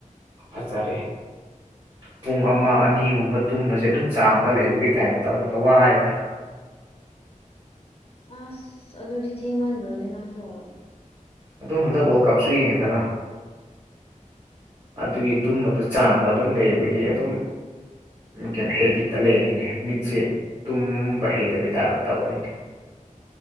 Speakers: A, on the right; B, on the left.
A: ꯐꯖꯔꯦ꯫ ꯄꯨꯡ ꯑꯃ ꯑꯅꯤꯒꯨꯝꯕ ꯇꯨꯝꯕꯁꯦ ꯑꯗꯨꯝ ꯆꯥꯡꯗ ꯂꯩꯕꯒꯤ ꯇꯥꯏꯞꯇ ꯇꯧꯋꯦꯗꯋꯥꯏꯗ
B: ꯑꯁ ꯑꯗꯨꯗꯤ ꯊꯦꯡꯃꯟꯗ꯭ꯔꯣꯅꯤꯅꯪꯁꯨ꯫
A: ꯑꯗꯨꯝ ꯍꯟꯗꯛ ꯋꯥꯔꯜ ꯀꯞꯁꯨ ꯌꯦꯡꯉꯦꯗꯅ ꯑꯗꯨꯒꯤ
B: ꯎꯝ
A: ꯇꯨꯝꯕ ꯑꯗꯨ ꯆꯥꯡꯗ ꯑꯗꯨꯝ ꯂꯩꯕꯒꯤ ꯑꯗꯨꯝ ꯀꯩꯅꯣ ꯍꯦꯕꯤꯠꯇ ꯂꯩꯔꯦꯅꯦ ꯃꯤꯠꯁꯦ ꯇꯨꯝꯕ ꯍꯩꯇꯕꯤ ꯇꯥꯔ ꯇꯧꯎꯔꯅꯦ꯫